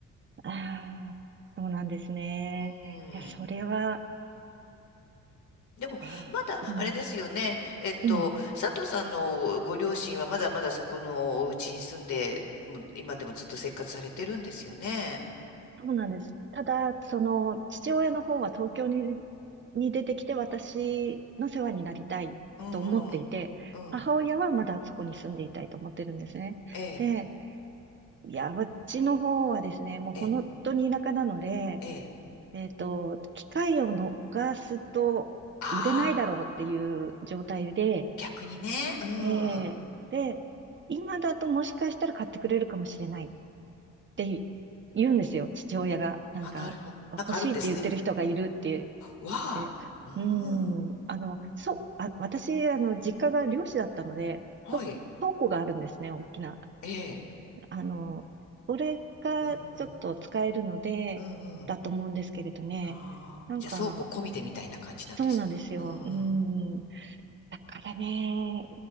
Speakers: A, on the right; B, on the left.
A: ああ、そうなんですね。
B: <laughs> うん。
A: いや、それは、
B: でも、
A: ええうん、
B: まだ、あれですよね。えっと、
A: うん、
B: 佐藤さんのご両親はまだまだそこのお家に住んで、もう今でもずっと生活されてるんですよね。
A: そうなんです。ただ、その、父親の方は東京に、に出てきて私の世話になりたいと思っていて、
B: うんうん。うん。
A: 母親はまだそこに住んでいたいと思ってるんですね。
B: ええ、
A: で、いや、うちの方はですね、もう本当に田舎なので、
B: ええ、ええ。
A: えっと、機会を逃すと売れないだろうっていう状態で、
B: ああ、逆にね。うん。
A: ええで、
B: うん。
A: 今だともしかしたら買ってくれるかもしれないって言うんですよ、父親が。なんか、
B: あ、なるほど。
A: 欲しいって言ってる人がいるって
B: なんかあるんですね。わあ。
A: 言って。
B: うん。
A: うーん、あの、そう、あ、私、あの、実家が漁師だったので、
B: はい。
A: と倉庫があるんですね、大きな。
B: ええ。
A: あの、それがちょっと使えるので、
B: うんうん。うんうん。
A: だと思うんですけれどね。
B: ああ。
A: なんか、
B: じゃあ、倉庫込みでみたいな感じなんです。
A: そうなんですよ。
B: うん。
A: うーん、だからね、